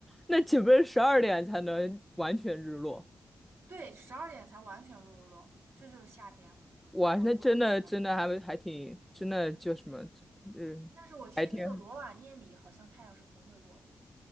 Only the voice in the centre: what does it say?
那岂不是十二点才能完全日落？
哇，
那真的真的还还挺真的叫什么？嗯，
白天。